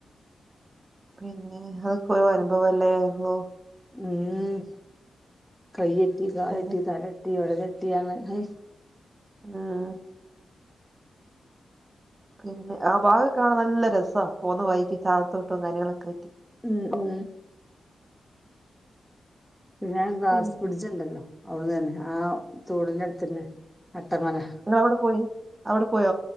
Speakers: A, on the right; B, in the centre.
A: പിന്നെ അതൊക്കെ ഒരു അനുഭവയല്ലേരുന്നോ?
B: ഉം കയ്യ്ട്ടി കാല്ട്ടി
A: ഉം
B: തലട്ടി ഒടെല്ട്ടിർഞ്ഞ് അഹ്
A: ഉം ഉം പിന്നെ ആ ഭാഗം കാണാൻ നല്ല രസാ പോവ്ന്ന വൈക്കി കാളത്തോട്ടും കാര്യങ്ങളൊക്കെണ്ട്
B: ഉം ഉം പിന്നെ ഞാൻ ഗ്ലാസ്
A: പിന്നെ
B: ബ്രിഡ്ജ്ണ്ടല്ലോ അവ്ടെ തന്നെ ആ തോട്ന്റെ അട്ത്തന്നെ അട്ടമല
A: ന്നവ്ടെ പോയി അവ്ടെ പോയോ